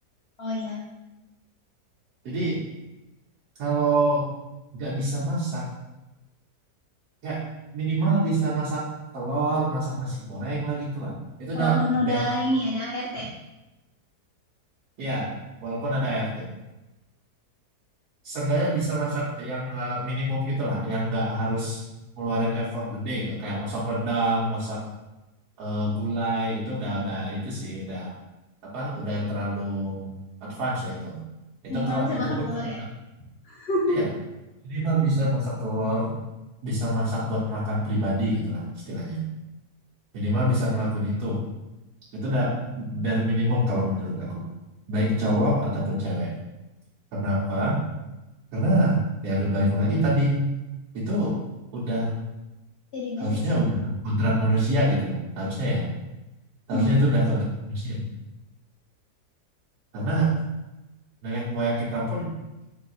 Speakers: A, on the left (about 85°); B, on the right (about 75°).
A: Oh iya,
B: Jadi kalau nggak bisa masak, kayak minimal bisa masak telur, masak nasi goreng lah gitu lah. Itu
A: walaupun
B: udah
A: udah
B: bare,
A: ini ada ART,
B: ya walaupun ada ART. Seenggaknya bisa masak yang eh, minimum gitu lah, yang nggak harus ngeluarin effort gede gitu. Kayak masak rendang, masak eh, gulai itu udah udah itu sih udah apa udah terlalu advance lah itu itu
A: minimal
B: kalau
A: bisa
B: itu
A: masak
B: pun
A: telur
B: kalau
A: ya, <laughs>
B: ya minimal bisa masak telur bisa masak buat makan pribadi gitu lah istilahnya minimal bisa ngelakuin itu itu udah bare minimum kalau menurut aku baik cowok ataupun cewek kenapa karena ya balik lagi tadi itu udah
A: jadi basic.
B: harusnya udah kodrat manusia gitu loh harusnya ya harusnya
A: Hmm,
B: itu udah kodrat manusia karena nenek moyang kita pun